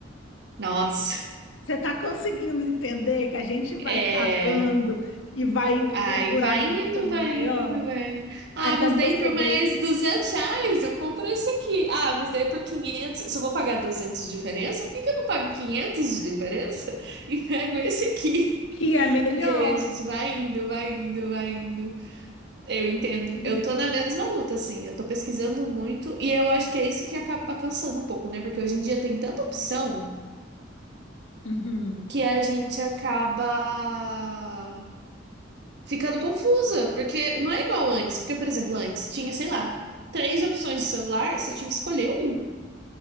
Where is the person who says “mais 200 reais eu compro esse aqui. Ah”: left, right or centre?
Right